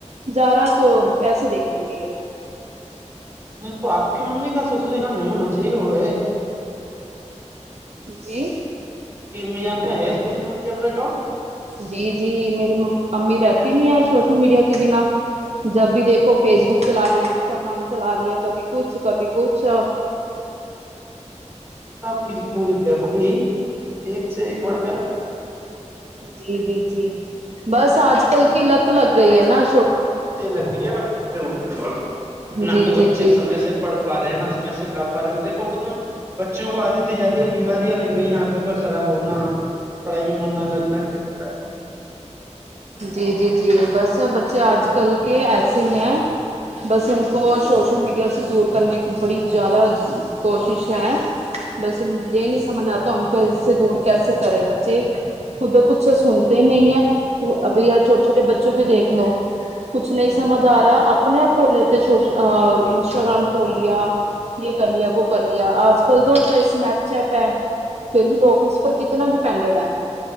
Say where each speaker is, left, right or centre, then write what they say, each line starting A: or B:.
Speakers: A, on the right; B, on the right.
A: زارا ہم کیسے دیکھیں گے
B: نہیں تو آپ کی ممی کیا سسلییکن نہیں ہونا چاہیے وہ ہے
A: جی
B: میان کا ہے پسل ان گ اپنے کان
A: جی جی میری امی رہتی نہیں ہے سوشل میڈیا کے بنا جب بھی دیکھو فیس بک چلا لیا انسٹاگرام چلا لیا کبھی کچھ کبھی کچھ
B: آپ کی پوری فیملی ہی ایک سے ایک بڑ کر
A: جی جی جی بس آج کل کے لت لگ گئی ہے ن
B: لگی ہے ب نہ
A: جی
B: تو
A: جی
B: بچے
A: جی
B: سمے سے پڑھ پا رہے ہیں نہ سمے سے کا پا رہے ہیں دیکھا گا تمہیں بچوں کو آدھی سے زیادی ا بیماریاں لگ رہی آ لوں کا خراب ہونا پڑھائی میں من نہ لگنا ال <unintelligible>
A: جی جی جی بس بچے آج کل کے ایسے ہی ہیں بس ان کو سوشل میڈیا سے دور کرنے کی بڑی زیادہ کوشش ہے بس یہ نہیں سمجھ آتا ان کو اس سے دور کیسے کرے ب خود کچھ سنتے نہیں ہے اب ار چھوٹے چھوٹے بچوں کو دیکھ لو کچھ نہیں سمجھ آ رہا ا اپنے کھولے تھ سوش انسٹاگرام کھول لیا یہ کر لیا وہ کر لیا آج اج کل تو کائی سنپ چیٹ ہے پھر بھی لگ اس پر کتنا کڈوڈا